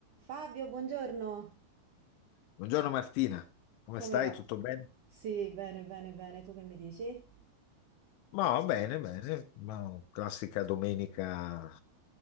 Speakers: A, on the right; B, on the left.
A: Fabio, buongiorno.
B: Buongiorno Martina, come
A: Come
B: stai?
A: va?
B: Tutto bene?
A: Sì, bene, bene, bene. Tu che mi dici?
B: Ma bene, bene, ma classica domenica